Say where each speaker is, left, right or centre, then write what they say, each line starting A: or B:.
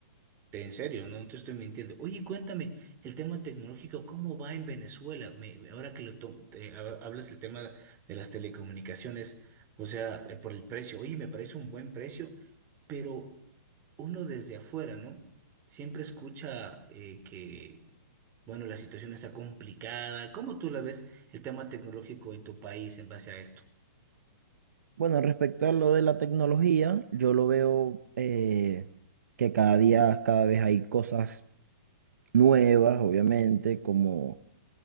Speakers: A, on the right; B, on the right.
A: En serio, no te estoy mintiendo. Oye, cuéntame, el tema tecnológico, ¿cómo va en Venezuela? Me- me- ahora que lo to- te hab- hablas el tema de las telecomunicaciones, o sea, eh, por el precio. Oye, me parece un buen precio, pero uno desde afuera, ¿no? Siempre escucha eh, que, bueno, la situación está complicada. ¿Cómo tú la ves el tema tecnológico en tu país en base a esto?
B: Bueno, respecto a lo de la tecnología, yo lo veo eh, que cada día, cada vez hay cosas nuevas, obviamente, como,